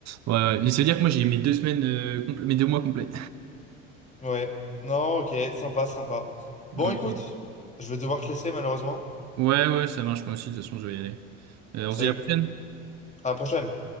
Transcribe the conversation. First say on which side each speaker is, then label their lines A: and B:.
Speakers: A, on the right (about 45°); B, on the left (about 20°).
A: Ouais, ouais. Et C'est-à-dire que moi, j'ai mes deux semaines, euh, compl- mes deux mois complets.
B: Ouais, non, ok, sympa, sympa.
A: <laughs>
B: Bon, écoute, je vais devoir te laisser, malheureusement.
A: Ouais, ouais, ouais, ça marche, moi aussi. De toute façon, je vais y aller. Euh,
B: Salut,
A: on se dit à la prochaine.
B: à la prochaine.